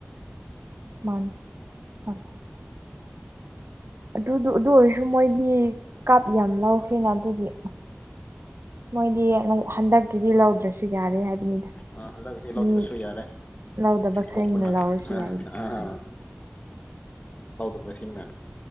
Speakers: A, on the right; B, on the left.
A: ꯃꯥꯅꯦ ꯃꯅꯦ ꯑꯗꯨꯗꯨ ꯑꯗꯨ ꯑꯣꯏꯔꯁꯨ ꯃꯣꯏꯗꯤ ꯀꯥꯞ ꯌꯥꯝ ꯂꯧꯈ꯭ꯔꯦꯅ ꯑꯗꯨꯒꯤ ꯃꯣꯏꯗꯤ ꯍꯟꯗꯛꯀꯤꯗꯤ ꯂꯧꯗ꯭ꯔꯁꯨ ꯌꯥꯔꯦ ꯍꯥꯏꯕꯅꯤꯗ꯫
B: ꯑ ꯍꯂꯛꯗꯤ
A: ꯃꯤ
B: ꯂꯣꯛꯇꯔꯁꯨ ꯌꯥꯔꯦ
A: ꯂꯧꯗꯕ ꯈꯔꯅ
B: ꯑꯣꯞꯄꯅ__
A: ꯂꯧꯔꯁꯨ ꯌꯥꯏꯗ
B: ꯑ ꯍ ꯂꯧꯗꯕꯅꯁꯤꯡꯅ